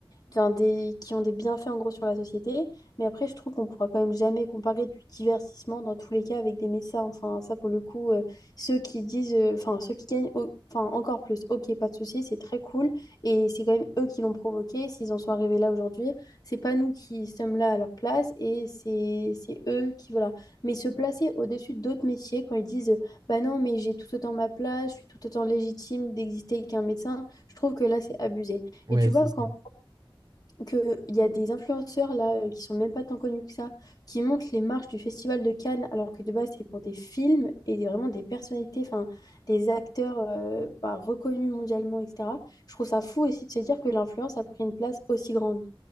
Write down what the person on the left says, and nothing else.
enfin, des, qui ont des bienfaits en gros sur la société. Mais après, je trouve qu'on pourra quand même jamais comparer du divertissement dans tous les cas avec des médecins. Enfin, ça pour le coup, euh, ceux qui disent, euh, enfin, ceux qui gagnent au- enfin, encore plus, ok, pas de souci, c'est très cool. Et c'est quand même eux qui l'ont provoqué. S'ils en sont arrivés là aujourd'hui, c'est pas nous qui sommes là à leur place et c'est c'est eux qui, voilà. Mais se placer au-dessus d'autres métiers quand ils disent, bah non, mais j'ai tout autant ma place, je suis tout autant légitime d'exister qu'un médecin, je trouve que là, c'est abusé.
Et tu vois,
quand qu'il y a des influenceurs là euh, qui sont même pas tant connus que ça, qui montent les marches du Festival de Cannes, alors que de base c'est pour des films et des- vraiment des personnalités, enfin des acteurs euh, bah, reconnus mondialement, etc. Je trouve ça fou aussi de se dire que l'influence a pris une place aussi grande.